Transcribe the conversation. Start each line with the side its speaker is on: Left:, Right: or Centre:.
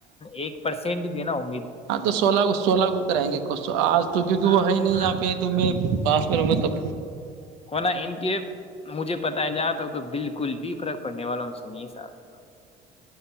Left: ایک پرسینٹ بھی ن ہ
Right: آپ تو سولہ اگو سولہ کوو کرائ گے کو آ تو کیونکہ
Left: ہاں
Right: وہ ہے نہیں آ پہ تو میں پاس میں رہوں گا تب
Left: ہونا ان کے مجھے پت ہے ج آپ تو بالکل بھی فرق پڑنے والوں سے نہیں ہے صاحب